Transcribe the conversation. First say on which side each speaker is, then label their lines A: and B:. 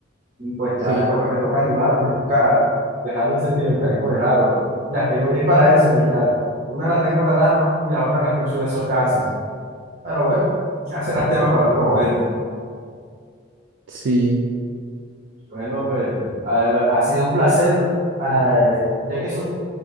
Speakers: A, on the right; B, on the right.
A: y pues ya
B: Sí,
A: me toca, me toca animarlo me toca dejar el sentimentalismo de lado. Las tengo y es para eso, literal. Una la tengo de alarma y la otra la escucho de esos casos. Pero bueno, ya será tema para otro momento.
B: <laughs> sí.
A: Bueno, pues ha, ha sido un placer. eh, ya que eso,